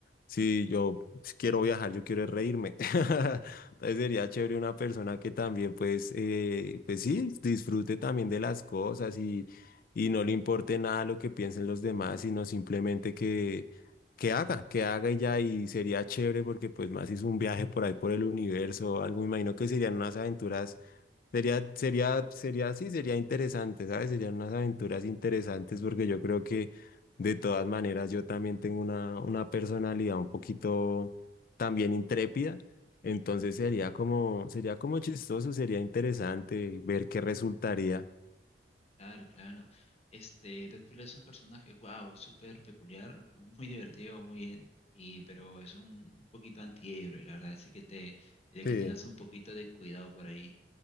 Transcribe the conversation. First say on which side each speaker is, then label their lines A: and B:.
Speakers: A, on the left (about 50°); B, on the left (about 35°).
A: si yo si quiero viajar, yo quiero es reírme. <laughs>
B: Mm,
A: Entonces sería
B: mm.
A: chévere una persona que también pues, eh, pues sí, disfrute también de las cosas y, y no le importe nada lo que piensen los demás, sino simplemente que... Que haga, que haga y ya, y sería chévere porque pues más hizo un viaje por ahí por el universo, algo, me imagino que serían unas aventuras Sería, sería, sería, así sería interesante, ¿sabes? Serían unas aventuras interesantes porque yo creo que de todas maneras yo también tengo una, una personalidad un poquito también intrépida, entonces sería como, sería como chistoso, sería interesante ver qué resultaría.
B: Claro, claro. Este, Deadpool es un personaje, wow, súper peculiar, muy <laughs> divertido, muy, y, pero es un, un poquito antihéroe, la verdad, así que te diría
A: Sí,
B: que tengas un poquito de cuidado por ahí.